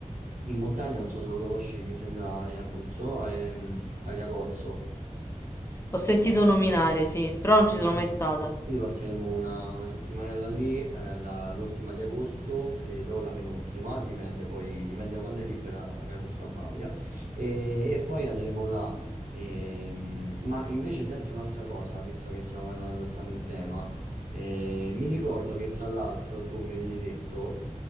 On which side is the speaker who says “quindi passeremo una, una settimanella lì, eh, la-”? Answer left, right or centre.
Right